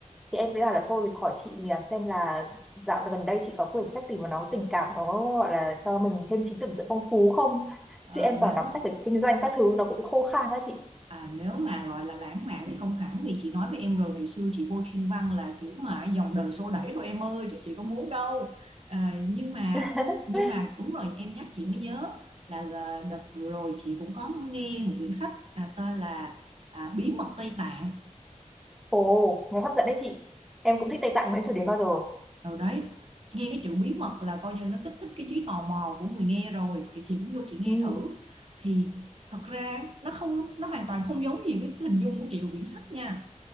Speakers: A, in the centre; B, on the right.
A: thì em mới bảo là thôi hỏi chị mình là xem là dạo gần đây chị có quyển sách gì mà nó tình cảm nó gọi là cho mình thêm trí tưởng tượng phong phú không
B: Ờ,
A: chứ em toàn
B: nếu
A: đọc sách về kinh doanh các thứ nó cũng khô khan đó chị
B: À, nếu mà gọi là lãng mạn thì không hẳn vì chị nói với em rồi ngày xưa chị vô chuyên văn là kiểu mà dòng đời xô đẩy thôi em ơi chứ chị có muốn đâu à, nhưng mà
A: <laughs>
B: nhưng mà đúng rồi em nhắc chị mới nhớ là à, đợt vừa rồi chị cũng có nghe một quyển sách à, tên là à, Bí mật Tây Tạng
A: ồ nghe hấp dẫn đấy chị em cũng thích Tây Tạng mà em chưa đến bao giờ
B: rồi đấy nghe cái chữ bí mật là coi như nó kích thích cái trí tò mò của người nghe rồi thì chị cũng vô chị nghe
A: ừ
B: thử thì thật ra nó không nó hoàn toàn không giống gì với hình dung của chị của quyển sách nha